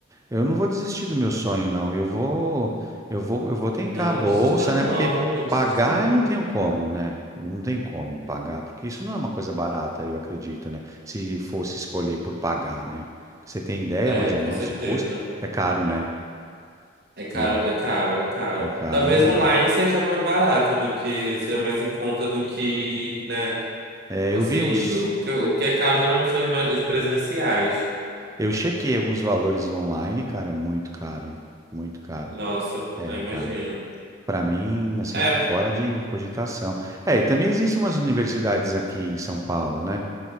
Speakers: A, on the right; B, on the right.
A: eu não vou desistir do meu sonho, não. Eu vou eu vou eu vou tentar
B: não
A: a bolsa,
B: desista não,
A: né? Porque
B: não desista
A: pagar
B: não.
A: eu não tenho como, né? Não tem como pagar, porque isso não é uma coisa barata, eu acredito, né? Se fosse escolher por pagar, né? Você tem ideia
B: É,
A: mais ou
B: com
A: menos
B: certeza.
A: de custo? É caro, né?
B: É caro,
A: Eu,
B: é caro, é caro.
A: é caro,
B: Talvez
A: não
B: online
A: dá.
B: seja mais barato do que, seja mais em conta do que, né,
A: É,
B: você
A: eu vi uns.
B: indo. Porque o que é caro geralmente são os mais- os presenciais.
A: Eu chequei alguns valores online, cara, é muito caro, hein? Muito caro.
B: Nossa,
A: É
B: eu
A: caro.
B: imagino.
A: Pra mim, assim,
B: É,
A: fora de cogitação. É, e também existem umas universidades aqui em São Paulo, né?